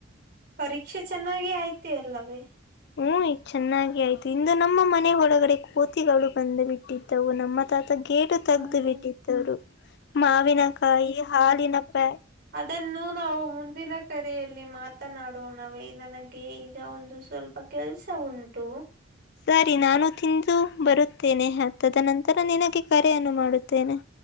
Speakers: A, on the right; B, on the left.
A: ಪರೀಕ್ಷೆ ಚೆನ್ನಾಗಿ ಆಯ್ತ ಅಲ್ಲವೇ
B: ಹ್ಮ್ ಈಗ ಚೆನ್ನಾಗಿ ಆಯ್ತು ಇಂದು ನಮ್ಮ ಮನೆ ಒಳಗಡೆ ಕೋತಿಗಳು ಬಂದು ಬಿಟ್ಟಿದ್ದವು ನಮ್ಮ ತಾತ ಗೇಟು
A: ಹ್ಮ
B: ತಗ್ದು ಬಿಟ್ಟಿದ್ದವರು ಮಾವಿನ ಕಾಯಿ ಹಾಲಿನ ಪ್ಯಾ
A: ಇದನ್ನು ನಾವು ಮುಂದಿನ ಕರೆಯಲ್ಲಿ ಮಾತನಾಡೋಣವೇ ನನಗೆ ಈಗ ಒಂದು ಸ್ವಲ್ಪ ಕೆಲ್ಸ ಉಂಟು
B: ಸರಿ ನಾನು ತಿಂದು ಬರುತ್ತೇನೆ ಹತ್ತದ ನಂತರ ನಿನಗೆ ಕರೆಯನ್ನು ಮಾಡುತ್ತೇನೆ